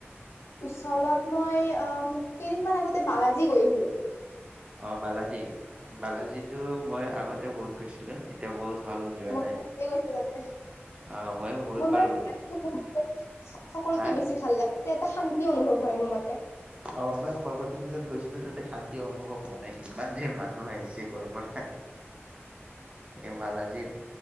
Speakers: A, on the left; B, on the right.
A: উচলত মই কেইদিনমান আগতে বালাজী গৈ আহিলো।
B: অ বালাজী বালাজীতো মই আগতে বহুত গৈছিলো এতিয়া বহুত। হ'ল যোৱা
A: মই
B: নাই।
A: গৈছো তাতে
B: অ ময়ো বহুত
A: মোৰ
B: বাৰ
A: মানে
B: গ'লো
A: সকলোতে
B: হা
A: বেছি ভাল লাগে। তে এটা শান্তি অনুভৱ হয় মোৰ মতে।
B: অ মই সৰস্বতী পূজাত গৈছিলো তাতে শান্তি অনুভৱ হোৱা নাই ইমান যে মানুহ আহিছে কৰ'ৰ পৰা। এই ভালাজিত